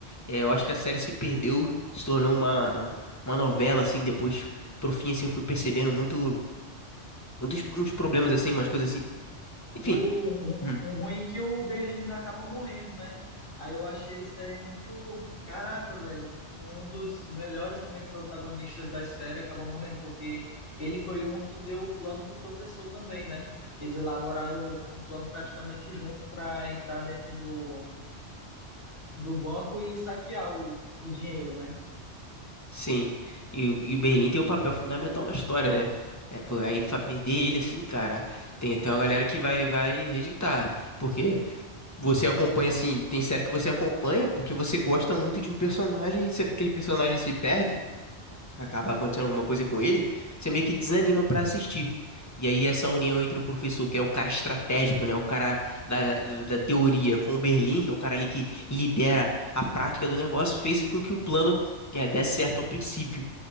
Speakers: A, on the left (about 15°); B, on the left (about 55°).
A: é, eu acho que a série se perdeu, se tornou uma uma novela assim depois pro fim assim eu fui percebendo muito muitos uns problemas assim, umas coisas assim. Enfim,
B: O,
A: Hum.
B: um, um ruim é que o Berlim ainda acaba morrendo, né? Aí eu achei isso aí muito. Caraca, velho. Um dos melhores também protagonistas da série acaba morrendo, porque ele foi um que deu o plano pro professor também, né? Eles elaboraram um plano praticamente junto para entrar dentro do, do banco e saquear o, o dinheiro, né?
A: sim. E, o- e o Berlim tem um papel fundamental na história, né? É, pô, aí pra perder ele assim, cara, tem, tem uma galera que vai vai rejeitar. Porque Você acompanha, assim, tem série que você acompanha porque você gosta muito de um personagem e se aquele personagem se perde, acaba acontecendo alguma coisa com ele, você meio que desanima pra assistir. E aí essa união entre o professor, que é o cara estratégico, né, o cara da, da da teoria, com o Berlim, que é o cara ali que lidera a prática do negócio, fez com que o plano, é, desse certo ao princípio.